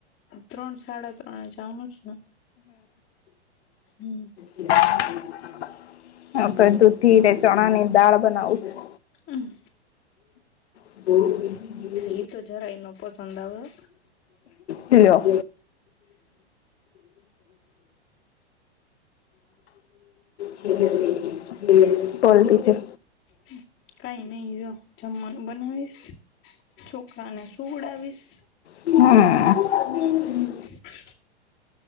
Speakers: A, on the left (about 30°); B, on the left (about 75°).
A: ત્રણ સાડા ત્રણ જનું છે ને હમ.
B: બ. હ આપ દૂધી ચણા ની દાળ બનાવું.
A: હા.
B: બો.
A: હ તો જરાયનો પસંદ આવ્યો.
B: ત લયો. પલટીચર.
A: હમ. કઈ નઈ જો જમવાનું બનાવીશ છોકરાને સોવડાવીશ.
B: હમ.
A: હ.